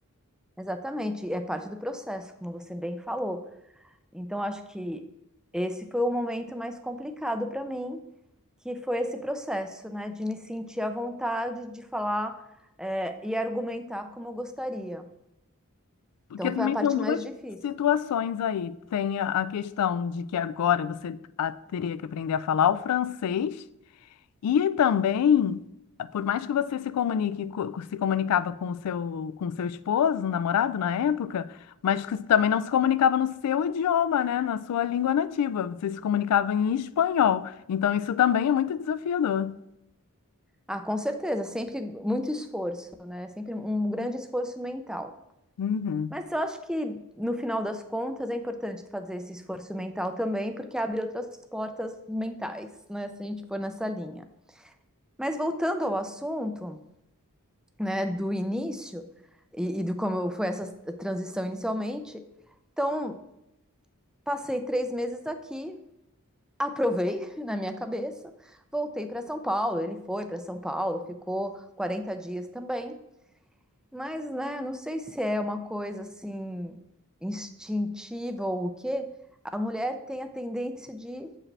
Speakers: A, in the centre; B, on the left (about 85°).
A: exatamente, é parte do processo, como você bem falou. Então, acho que esse foi o momento mais complicado para mim, que foi esse processo, né, de me sentir à vontade de falar, é, e argumentar como eu gostaria.
B: Porque
A: Então,
B: também
A: foi a parte
B: são duas
A: mais difícil.
B: situações aí. Tem a a questão de que agora você ah, teria que aprender a falar o francês E também, por mais que você se comunique, co- se comunicava com o seu, com o seu esposo, namorado na época, mas que também não se comunicava no seu idioma, né? Na sua língua nativa. Você se comunicava em espanhol. Então, isso também é muito desafiador.
A: Ah, com certeza, sempre muito esforço, né? Sempre um grande esforço mental.
B: Uhum.
A: Mas eu acho que no final das contas é importante fazer esse esforço mental também, porque abre outras portas mentais, né? Se a gente for nessa linha. Mas voltando ao assunto, né, do início e, e do como foi essa transição inicialmente. Então, passei três meses aqui, aprovei <laughs> na minha cabeça, voltei para São Paulo. Ele foi para São Paulo, ficou 40 dias também. Mas, né, não sei se é uma coisa assim instintiva ou o quê, a mulher tem a tendência de